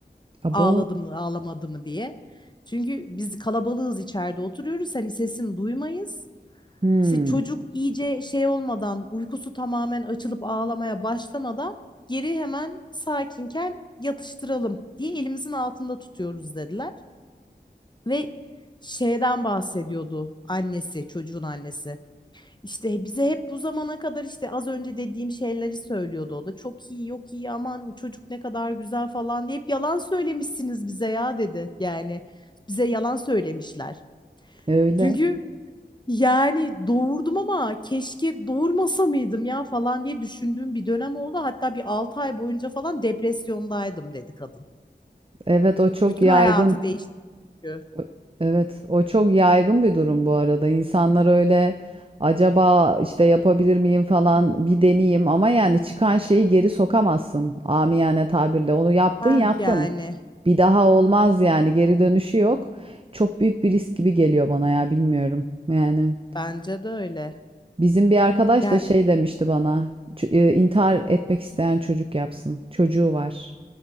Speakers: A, on the right (about 30°); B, on the left (about 25°).
A: Abo.
B: Ağladı mı, ağlamadı mı diye. Çünkü biz kalabalığız içeride oturuyoruz hani sesini duymayız.
A: Hı.
B: İşte çocuk iyice şey olmadan, uykusu tamamen açılıp ağlamaya başlamadan geri hemen sakinken yatıştıralım diye elimizin altında tutuyoruz dediler. Ve şeyden bahsediyordu annesi, çocuğun annesi. İşte bize hep bu zamana kadar işte az önce dediğim şeyleri söylüyordu o da. Çok iyi, yok iyi, aman çocuk ne kadar güzel falan diye hep yalan söylemişsiniz bize ya dedi. Yani bize yalan söylemişler.
A: Öyle.
B: Çünkü yani doğurdum ama keşke doğurmasa mıydım ya falan diye düşündüğüm bir dönem oldu. Hatta bir 6 ay boyunca falan depresyondaydım dedi kadın.
A: Evet o çok
B: Bütün
A: yaygın.
B: hayatı değişti. çünkü.
A: O- Evet, o çok yaygın bir durum bu arada. İnsanlar öyle acaba işte yapabilir miyim falan bir deneyeyim ama yani çıkan şeyi geri sokamazsın amiyane tabirle. Onu yaptın
B: Heh
A: yaptın.
B: yani
A: Bir daha olmaz yani geri dönüşü yok. Çok büyük bir risk gibi geliyor bana ya bilmiyorum. Yani
B: bence de öyle.
A: bizim bir arkadaş
B: Yani
A: da şey demişti bana. "Ç- e, intihar etmek isteyen çocuk yapsın. Çocuğu var.